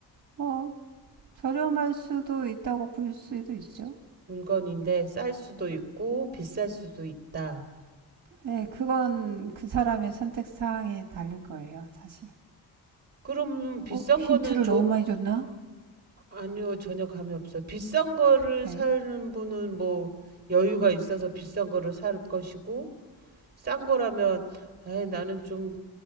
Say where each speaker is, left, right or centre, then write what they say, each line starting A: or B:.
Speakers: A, on the right; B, on the right.
A: 뭐 저렴할 수도 있다고 볼 수도 있죠.
B: 물건인데 쌀 수도 있고, 비쌀 수도 있다.
A: 네, 그건 그 사람의 선택 사항에 달린 거예요, 사실.
B: 그럼 비싼
A: 어, 힌트를
B: 거는 조,
A: 너무 많이 줬나?
B: 아니요, 전혀 감이 없어요. 비싼 거를
A: 그래요.
B: 사는 분은 뭐 여유가 있어서 비싼 거를 살 것이고, 싼 거라면, 아 나는 좀